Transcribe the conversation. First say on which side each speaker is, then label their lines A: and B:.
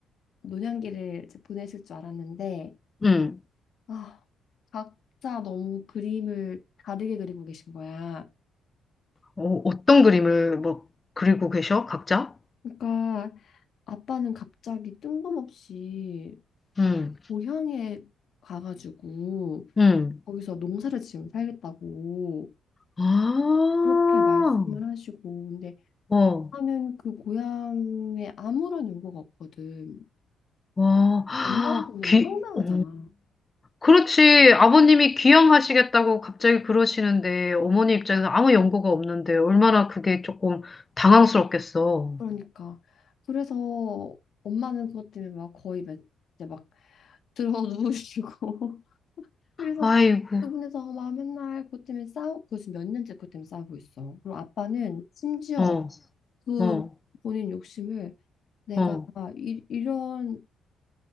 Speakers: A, on the left; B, on the left.
A: 노년기를 이제 보내실 줄 알았는데,
B: 음.
A: 아, 각자 너무 그림을 다르게 그리고 계신 거야.
B: 어, 어떤 그림을 뭐 그리고 계셔? 각자?
A: 그러니까 아빠는 갑자기 뜬금없이
B: 응.
A: 자기 고향에 가가지고
B: 응.
A: 거기서 농사를 지으면 살겠다고
B: 아,
A: 그렇게 말씀을 하시고, 근데
B: 어,
A: 하면 그 고향에 아무런 연고가 없거든.
B: 와, <gasps> 아,
A: 엄마한테 너무
B: 귀,
A: 황당하잖아.
B: 오. 그렇지. 아버님이 귀향하시겠다고 갑자기 그러시는데, 어머니 입장에서 아무 연고가 없는데, 얼마나 그게 조금 당황스럽겠어.
A: 그러니까 그래서 엄마는 그것 때문에 막 거의 막 이제 막 들어 누우시고 <laughs> 그래서
B: 아이고,
A: 두 분이서 막 맨날 그것 때문에 싸우고 지금 몇 년째 그것 때문에 싸우고 있어. 그리고 아빠는 심지어
B: 어,
A: 그
B: 어,
A: 본인 욕심을 내가
B: 어.
A: 이, 이런